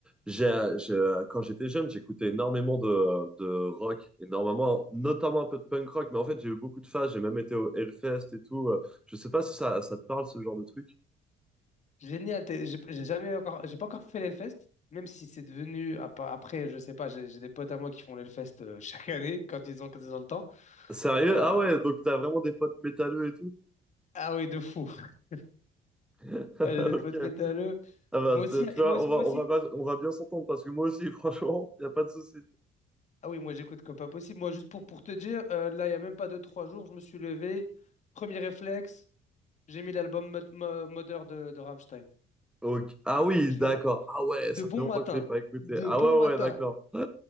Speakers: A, in the centre; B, on the left.
A: J'ai, j'ai- quand j'étais jeune, j'écoutais énormément de, de rock, énormément, notamment un peu de punk rock, mais en fait, j'ai eu beaucoup de phases, j'ai même été au Hellfest et tout. euh, Je sais pas si ça, ça te parle, ce genre de truc.
B: Génial, t'es- j'ai j'ai jamais encore, j'ai pas encore fait l'Hellfest, même si c'est devenu, à part- après, je sais pas, j'ai j'ai des potes à moi qui font l'Hellfest euh, chaque année quand ils ont, quand ils ont le temps.
A: Sérieux?
B: Euh,
A: Ah ouais, donc t'as vraiment des potes métalleux et tout?
B: ah oui, de fou. <laughs>
A: <laughs>
B: J'ai des
A: Ok.
B: potes métalleux.
A: Ah bah,
B: Moi aussi,
A: c'est- tu
B: et
A: vois,
B: moi aussi,
A: on
B: moi
A: va,
B: aussi.
A: on va pas- on va bien s'entendre parce que moi aussi, <laughs> franchement, y a pas de souci.
B: Ah oui, moi j'écoute comme pas possible. Moi, juste pour, pour te dire, euh, là, il y a même pas deux, trois jours, je me suis levé, premier réflexe, j'ai mis l'album mod Mo- Mother de, de Rammstein.
A: Ok. Ah oui,
B: Je
A: d'accord.
B: me-
A: Ah ouais,
B: De
A: ça
B: bon
A: fait longtemps
B: matin,
A: que je l'ai pas écouté.
B: de
A: Ah
B: bon
A: ouais,
B: matin.
A: ouais, d'accord. <laughs>